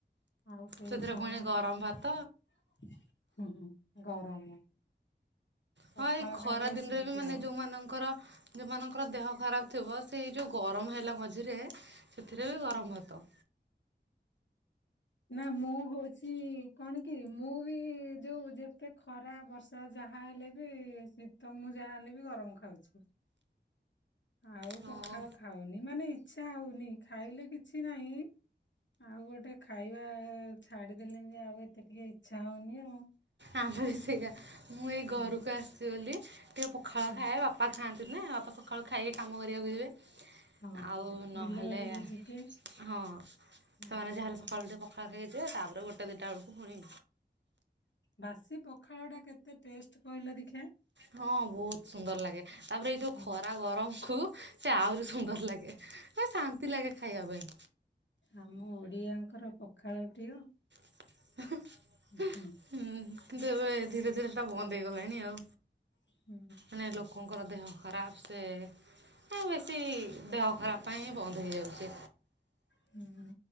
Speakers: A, on the left; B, on the right.
A: ଆଉ କେହି
B: ସେଥିରେ
A: ଖାଉନାହାନ୍ତି
B: ପୁଣି ଗରମ ଭାତ
A: ହୁଁ ହୁଁ ଗରମ।
B: ହଁ
A: ପଖାଳ
B: ଏଇ ଖରା
A: ଖାଇଲେ
B: ଦିନରେ
A: ଏସିଡିଟି
B: ବି ମାନେ
A: ହବ।
B: ଯୋଉମାନଙ୍କର ଯୋଉ ମାନ ତ ଦେହ ଖରାପ ଥିବ ସେଇ ଯୋଉ ଗରମ ହେଲା ମଝିରେ ସେଥିରେ ବି ଗରମ ହବ।
A: ନା ମୁଁ ହଉଛି କଣ କି ମୁଁ ବି ଯୋଉ ଯେତେ ଖରା ବର୍ଷା ଯାହା ହେଲେ ବି ଶୀତ ମୁଁ ଯାହାହଲେ ବି ଗରମ ଖାଉଛି ଆଉ
B: ହଁ
A: ପଖାଳ ଖାଉନି ମାନେ ଇଚ୍ଛା ହଉନି ଖାଇଲେ କିଛି ନାହିଁ ଆଉ ଗୋଟେ ଖାଇବା ଛାଡିଦେଲେଣି ଯେ ଆଉ ଏତେ ଟିକେ ଇଚ୍ଛା ହଉନି ଆଉ।
B: ଆମ ବି ସେଇା ମୁଁ ଏଇ ଘରକୁ
A: ହୁଁ
B: ଆସିଛି ବୋଲି ଟିକେ ପ ପଖାଳ
A: ହୁଁ
B: ଖାଏ ବାପା ଖାଆନ୍ତି ନା ଆପା ସକାଳୁ ଖାଇକି କାମ କରିବାକୁ ଯିବେ।
A: ହଉ।
B: ଆଉ ନହେଲେ
A: ବିଲ ବାଡିକି ଯିବେ
B: ହଁ
A: ହୁଁ
B: ସେମାନେ ଯାହାଲେ ସକାଳୁ ଟିକେ ପଖାଳ ଖାଇକି ଯିବେ ତାପରେ ଗୋଟେ ଦିଇଟା ବେଳକୁ ଫୁଣି
A: ବାସି ପଖାଳ ଟା କେତେ ଟେଷ୍ଟ କହିଲ ଦେଖିଆ।
B: ହଁ ବହୁତ ସୁନ୍ଦର ଲାଗେ ତାପରେ ଏଇ ଯୋଉ
A: ହୁଁ
B: ଖରା ଗରମକୁ ସେ ଆହୁରି ସୁନ୍ଦର ଲାଗେ। ଶାନ୍ତି ଲାଗେ ଖାଇବା ପାଇଁ।
A: ଆମ ଓଡିଆଙ୍କର ପ ପଖାଳ ପ୍ରିୟ
B: <inaudible>
A: ହୁଁ
B: ହୁଁ, କିନ୍ତୁ ଏବେ ଧୀରେ ଧୀରେ ଟା ବନ୍ଦ ହେଇଗଲାଣି ଆଉ
A: ହୁଁ
B: ମାନେ ଲୋକଙ୍କର ଦେହ ଖରାପ ସେ ଆଉ ବେଶୀ ଦେହ ଖରାପ ପାଇଁ ହିଁ ବନ୍ଦ ହେଇଯାଉଛି।
A: ହୁଁ